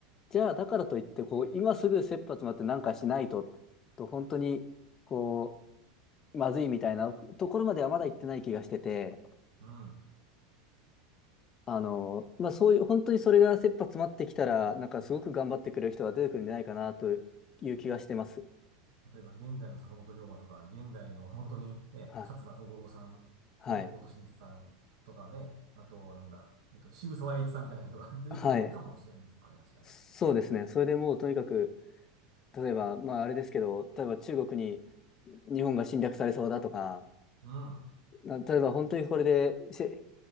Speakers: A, on the left; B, on the right.
A: じゃあ、だからといって、こう、今すぐ切羽詰まってなんかしないと、と本当に、こう、まずいみたいなところまではまだ行ってない気がしてて、
B: うん。
A: あのーまあ、そういう、本当にそれが切羽詰まってきたら、なんかすごく頑張ってくれる人が出てくるんじゃないかなという気がしてます。
B: 例えば、現代の坂本龍馬とか、現代の <laughs> 本当にね、
A: はい。
B: 桂小五郎さん、
A: はい。
B: 大久保利通さんとかね、あと、なんだ、えっと、渋沢栄一さんみたいな人が <laughs> 出てくるかもしれんですよね、
A: はい。
B: 確かに。
A: そうですね。それでもうとにかく、例えば、まああれですけど、例えば中国に日本が侵略されそうだとか、
B: うん、うん。
A: な例えば本当にこれでせ